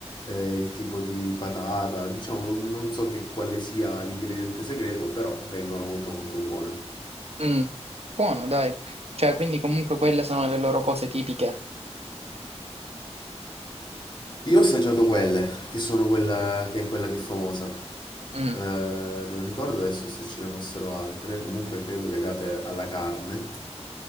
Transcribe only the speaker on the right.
Mm, buono, dai. Cioè, quindi comunque quelle sono le loro cose tipiche.
Mm,